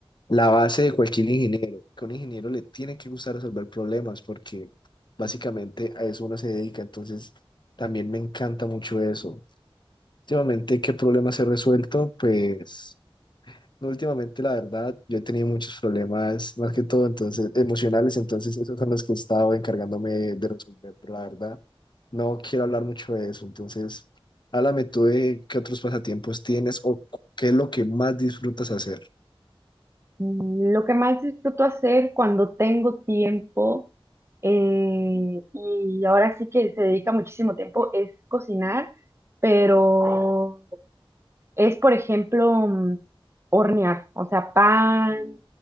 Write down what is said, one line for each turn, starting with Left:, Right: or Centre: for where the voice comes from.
Left: la base de cualquier ingeniero, que a un ingeniero le tiene que gustar resolver problemas porque básicamente a eso uno se dedica. Entonces, también me encanta mucho eso. Últimamente, ¿qué problemas he resuelto? Pues... No, Últimamente, la verdad, yo he tenido muchos problemas, más que todo, entonces, emocionales, entonces esos son los que he estado encargándome de resolver, pero la verdad, no quiero hablar mucho de eso, entonces, háblame tú de qué otros pasatiempos tienes o cu- qué es lo que más disfrutas hacer.
Right: Mm, Lo que más disfruto hacer cuando tengo tiempo, eh, y ahora sí que se dedica muchísimo tiempo, es cocinar, pero es, por ejemplo, mm, hornear, o sea, pan,